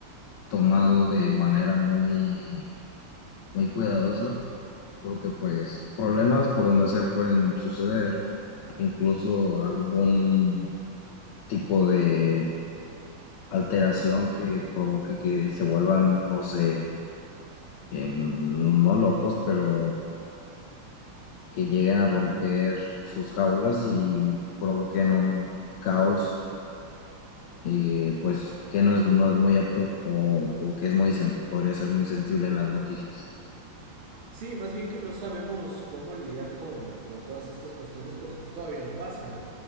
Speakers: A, on the left; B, on the right.
A: tomado de manera muy, muy cuidadosa, porque pues problemas por donde sea pueden suceder, incluso algún tipo de alteración que provoque que se vuelvan, no sé, em, no locos, pero que lleguen a romper sus jaulas y provoquen un caos, eh, pues que no es, no es muy apto o, o que es muy, sen- podría ser muy sensible en las noticias.
B: Sí, más bien que no sabemos cómo lidiar con, con todas estas cuestiones porque pues todavía no pasan.